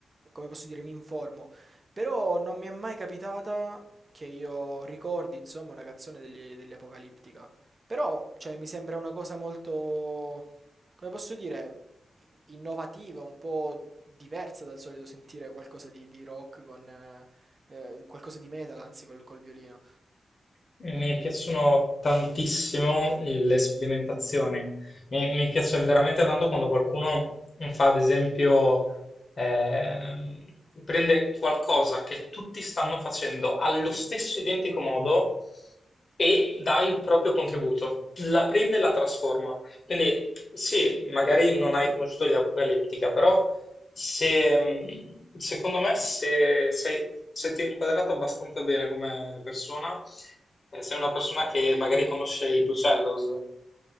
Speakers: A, on the right; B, on the left.
A: come posso dire, mi informo. Però non mi è mai capitata che io ricordi, insomma, una canzone degli, degli Apocalittica. Però, cioè, mi sembra una cosa molto, come posso dire, i- innovativa, un po' diversa dal solito sentire qualcosa di, di rock con... eh, eh, qualcosa di metal, anzi, col, col violino.
B: Mi piacciono tantissimo le sperimentazioni, mi, mi piace veramente tanto quando qualcuno fa, ad esempio, ehm, prende qualcosa che tutti stanno facendo allo stesso identico modo e dà il proprio contributo, la prende e la trasforma. Quindi sì, magari non hai conosciuto gli Apocalyptica, però se, mh, secondo me, se, sei- se ti ho inquadrato abbastanza bene come persona, eh, sei una persona che magari conosce i tuoi cellos.